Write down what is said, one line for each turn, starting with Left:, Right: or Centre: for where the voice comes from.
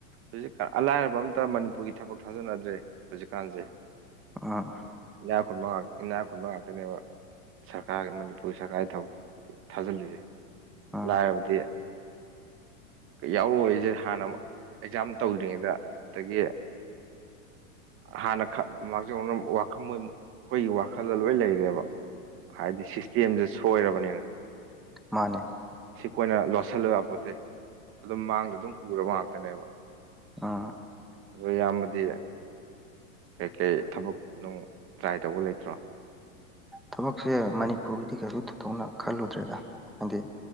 Right: ꯍꯧꯖꯤꯛꯀꯥꯟ ꯑ ꯂꯥꯏꯔꯕ ꯑꯃꯇ ꯃꯅꯤꯄꯨꯔꯒꯤ ꯊꯕꯛ ꯊꯥꯖꯟꯅꯗ꯭ꯔꯦ ꯍꯧꯖꯤꯛꯀꯥꯟꯁꯦ
Centre: ꯑ
Right: ꯏꯅꯥꯛ ꯈꯨꯟꯕ ꯏꯅꯥꯛ ꯈꯨꯟꯕ ꯉꯥꯛꯇꯅꯦꯕ ꯁꯔꯀꯥꯔꯒꯤ ꯃꯅꯤꯄꯨꯔ ꯁꯔꯀꯥꯔꯒꯤ ꯊꯕꯛ ꯊꯥꯖꯤꯜꯂꯤꯁꯦ
Centre: ꯎꯝ
Right: ꯂꯥꯏꯔꯕꯗꯤ ꯌꯥꯎꯔꯛꯑꯣꯏꯁꯦ ꯍꯥꯟꯅ ꯑꯦꯛꯖꯥꯝ ꯇꯧꯗ꯭ꯔꯤꯉꯩꯗ ꯑꯗꯒꯤ ꯍꯥꯟꯅ ꯃꯥꯡꯖꯧꯅꯅ ꯋꯥꯈꯜ ꯃꯣꯏ ꯑꯩꯈꯣꯏꯒꯤ ꯋꯥꯈꯜꯗ ꯂꯣꯏ ꯂꯩꯔꯦꯕ ꯍꯥꯏꯗꯤ ꯀꯦꯝꯁꯦ ꯁꯣꯏꯔꯕꯅꯤꯅ
Centre: ꯃꯥꯅꯦ
Right: ꯁꯤꯈꯣꯏꯅ ꯂꯣꯠꯁꯤꯜꯂꯒꯄꯣꯠꯇꯦ ꯑꯗꯨꯝ ꯃꯥꯡꯗ ꯑꯗꯨꯝ ꯎꯔꯕ ꯉꯥꯛꯇꯅꯦꯕ
Centre: ꯑ
Right: ꯑꯗꯣ ꯑꯌꯥꯝꯕꯗꯤ ꯀꯩ ꯀꯩ ꯊꯕꯛ ꯅꯨꯡ ꯇ꯭ꯔꯥꯏ ꯇꯧꯕ ꯂꯩꯇ꯭ꯔꯣ
Centre: ꯊꯕꯛꯁꯦ ꯃꯅꯤꯄꯨꯔꯒꯤꯗꯤ ꯀꯩꯁꯨ ꯊꯣꯏꯗꯣꯛꯅ ꯈꯜꯂꯨꯗ꯭ꯔꯦꯗ ꯍꯥꯏꯗꯤ